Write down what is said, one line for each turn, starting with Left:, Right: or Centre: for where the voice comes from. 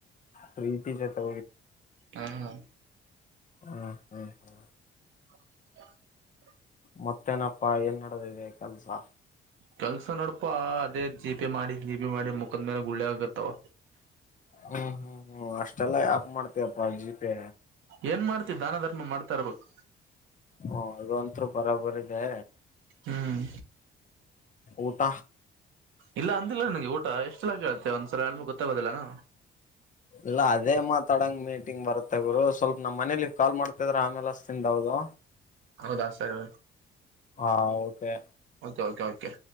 Left: ಪ್ರೀತಿ ಜೊತೆ
Right: ಹ್ಮ
Left: ಹ ಹ್ಮ ಹಾ
Right: ಹ್ಮ
Left: ಮತ್ತೇನಪ್ಪಾ ಏನ್ಡದಿದೆ ಕೆಲ್ಸ
Right: ಕೆಲ್ಸ ನೋಡಪ್ಪ ಅದೇ ಜಿ ಪೆ ಮಾಡಿ ಜಿ ಪಿ ಮಾಡಿ ಮುಕ್ ಮುಖದ ಮೇಲೆ ಗುಳ್ಳೆ ಆಗತ್ತವ
Left: ಹ್ಮ್ ಹ್ಮ್ ಹ್ಮ್ ಅಷ್ಟೆಲ್ಲ ಮಾಡ್ತೇವಪ್ಪಾ ಜೀಪೆ
Right: ಏನ್ ಮಾಡ್ತಿ ದಾನ ಧರ್ಮ ಮಾಡ್ತಾ ಇರ್ಬೇಕು
Left: ಹ ಅದು ಒಂತೂ ಬರಬರಿ ಇದೆ
Right: ಹ್ಮ್
Left: ಊಟ
Right: ಇಲ್ಲ ಅಂದಿಲ್ಲ ನನಗೆ ಊಟ ಎಷ್ಟ ಎಲ್ಲ ಕೇಳತ್ತೆ ಒಂದ್ಸಲ ಹೇಳಳ್್ಮ ಗೊತ್ತಾಗೋದಿಲ್ಲಾನ
Left: ಇಲ್ಲ ಅದೇ ಮಾತಾಡಂಗ ಮೀಟಿಂಗ್ ಬರುತ್ತೆ ಗುರು ಸ್ವಲ್ಪ ನಮ್ಮ್ನೇಲಿ ಕಾಲ್ ಮಾಡ್ತಿದ್ರ ಆಮೇಲೆ ತಿಂದೌದು
Right: ಹೌದ ಆ ಸರಿ
Left: ಹಾ ಓಕೆ
Right: ಕೆ ಓಕೆ